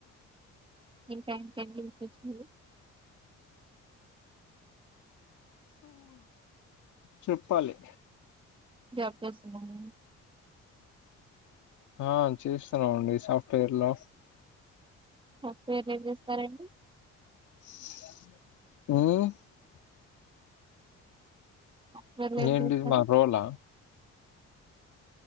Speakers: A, on the right; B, on the left.
A: ఇంకెంటండి విశేషాలు
B: చెప్పాలి
A: జాబ్ చేస్తున్నారా
B: ఆ చేస్తున్నామండి సాఫ్ట్‌వేర్ లో
A: సాఫ్ట్‌వేర్ లో ఏం చేస్తారండి
B: మ్
A: సాఫ్ట్వేర్లు ఏం
B: ఎంటిది
A: చేస్తారు
B: మా రోలా